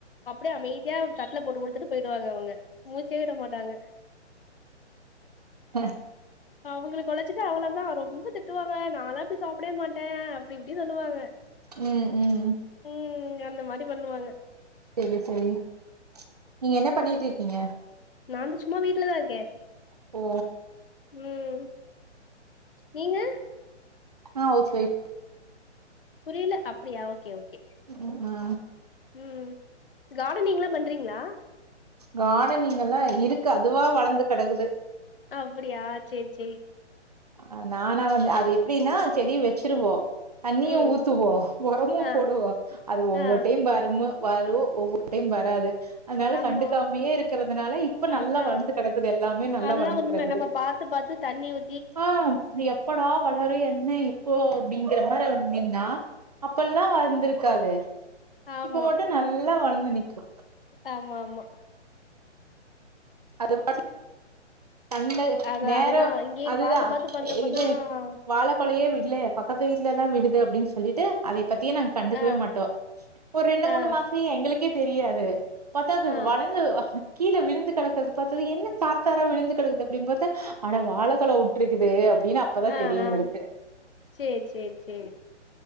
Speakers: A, on the left (about 50°); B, on the right (about 35°).
A: அப்டியே அமைதியா தட்டுல போட்டு கொடுத்துட்டு போயிடுவாங்க அவுங்க மூச்சே விட மாட்டாங்க
B: ஹ
A: அவுங்களுக்கு கொழச்சிட்டு அவ்வளோதான் ரொம்ப திட்டுவாங்க நாளா இப்டி சாப்டே மாட்டேன் அப்டி இப்டி சொல்லுவாங்க
B: உம் உம்
A: உம் அந்த மாரி பண்ணுவாங்க
B: செரி செரி நீங்க என்ன பண்ணிட்டு இருக்கீங்க
A: நான் வந்து சும்மா வீட்டுலதான் இருக்கேன்
B: ஓ
A: உம் நீங்க
B: நா ஹவுஸ் ஒய்
A: புரில அப்டியா ஓகே ஓகே
B: ம் ஆ
A: ம் கார்டனிங்ல்லாம் பண்றீங்ளா
B: கார்டனிங் எல்லாம் இருக்கு அதுவா வளர்ந்து கிடக்குது
A: அப்டியா செரி செரி
B: அ நானா வந்து அது எப்படின்னா செடிய வச்சிருவோம் தண்ணியும்
A: ம்
B: ஊத்துவோம் ஒரமும்
A: ஆ
B: போடுவோம் அது ஒவ்வொரு
A: ஆ
B: டைம் வருமும் வரு ஒவ்வொரு டைம் வராது அதனால
A: நம்மோ
B: கண்டுக்காமையே இருக்கிறதுனால இப்ப நல்லா
A: அதா
B: வளர்ந்து கிடக்குது எல்லாமே நல்லா
A: அதுதா
B: வளர்ந்து
A: உண்ம
B: கிடக்குது
A: நம்ம பாத்து பாத்து தண்ணி ஊ
B: ஆ எப்படா வளரும் என்ன ஓ அப்டிங்கிற மாரி நின்னா அப்ப எல்லாம் வளந்திருக்காது
A: ஆமா
B: இப்ப மட்டும் நல்லா வளந்து நிக்கும்
A: ஆமா ஆமா
B: அதுவா அது சந்த
A: அது
B: நேரோ
A: அதுதா இங்கேயு
B: அதுதா
A: பாத்து பாத்து பண்றப்பதா
B: இது வாழ கொலையே விடுலே பக்கத்து வீட்லல தா விடுது அப்டின்னு சொல்லிட்டு அதைப் பத்தியே நாங் கண்டுக்கவே
A: ஆ
B: மாட்டோ ஒரு ரெண்டு மூணு
A: ஆ
B: மாசோ எங்களுக்கே தெரியாது பாத்தா அது
A: ஆ
B: வளந்து கீழ விழுந்து கெடக்கறத பாத்தது என்ன தார்தாரா விழுந்து கிடக்குது அப்டினு பாத்தா அட வாழக்கொல உட்ருக்குது அப்டின்னு அ அப்பதா
A: ஆ
B: தெரியு
A: ஆ
B: எங்களுக்கு
A: சேரி சேரி சேரி